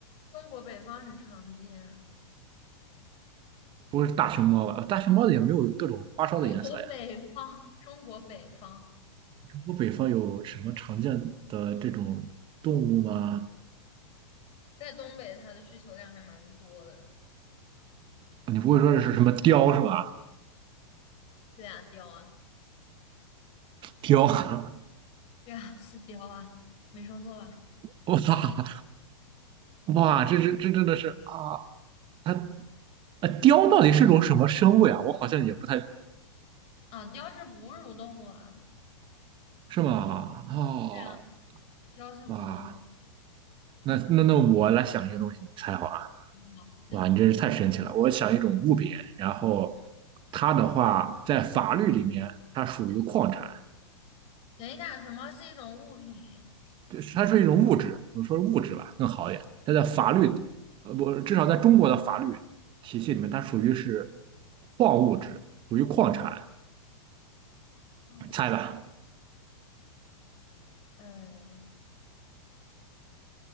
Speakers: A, on the left; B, on the right.
A: 中国北方很常见。
B: 不会是大熊猫吧？呃大熊猫的也没有各种花哨的颜色呀。
A: 中国北方，<laughs> 中国北方，
B: 我北方有什么常见的这种动物吗？
A: 在东北它的需求量还蛮多的。
B: 你不会说是什么雕是吧？
A: 对啊，貂啊，
B: 雕，<laughs>
A: 对啊，是貂啊，没说错吧？
B: 哇哇，这这这真的是啊，
A: 嗯，
B: 它啊，雕到底是种什么生物呀？我好像也不太
A: 啊，貂是哺乳动物啊。
B: 是吗？哦，
A: 对啊，貂是哺乳动物。
B: 哇，那那那我来想一个东西你猜好了。
A: 嗯，好，行。
B: 哇，你真是太神奇了！我想一种物品，然后它的话在法律里面它属于矿产，
A: 等一下，什么是一种物品？
B: 就是它是一种物质，我说物质吧更好一点。它在法律，呃，不，至少在中国的法律体系里面，它属于是矿物质，属于矿产。
A: 矿产，
B: 猜吧，
A: 呃，